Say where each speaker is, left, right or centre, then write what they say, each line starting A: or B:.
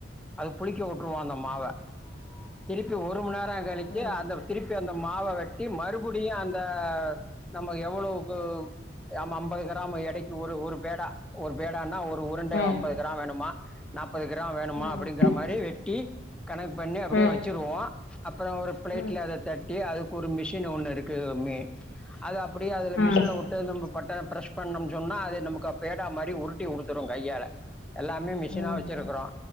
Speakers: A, in the centre; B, on the left.
A: அத புளிக்க உட்டுருவோ அந்த மாவ திருப்பி ஒரு மண்நேர கரே கழிச்சி
B: ம்
A: அந்த திருப்பி அந்த மாவ வெச் சி மறுபுடியு அந்த நம்ம எவ்வளோக்கு அம் அம் அம்பது கிராம் எடைக்கு ஒரு ஒரு பேடா ஒரு பேடான்னா ஒரு உருண்டை
B: ம்
A: ஐம்பது கிரா வேணுமா நாப்பது கிரா வேணுமா
B: ம்
A: அப்டிங்கிற மாரி வெட்டி கணக்கு பண்ணி அப்டியே
B: ம்
A: வச்சிருவோ அப்பறோ ஒரு பிளேட்ல
B: ம்
A: அத தட்டி அதுக்கு ஒரு மிஷின் ஒண்ணு இருக்கு மே அது அப் பிடியே அதுல
B: ம்
A: மிஷின்ல உட்டு பட்ட ப்ரெஸ் பண்ணோ சொன்னா அது நமக்கு பேடா மாரி உருட்டி குடு த்துரு கையால எல்லாமே மிஷினா
B: ம்
A: வச்சிருக்குறோ